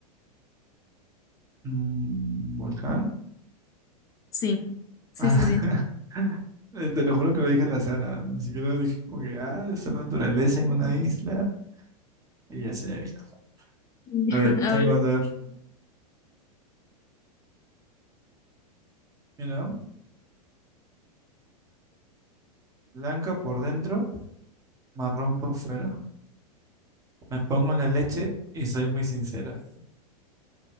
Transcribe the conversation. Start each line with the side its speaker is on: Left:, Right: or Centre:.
Right: un volcán.
Left: Sí, sí,
Right: Ah,
Left: sí, sí.
Right: <laughs> Eh, Te lo juro que lo dije al azar, ah, ni siquiera lo dije como que, ah, está la naturaleza en una isla y ya se me vino.
Left: <laughs>
Right: A ver,
Left: A
Right: tengo
Left: ver,
Right: a ver. Mira, blanca por dentro, marrón por fuera. Me pongo en la leche y soy muy sincera.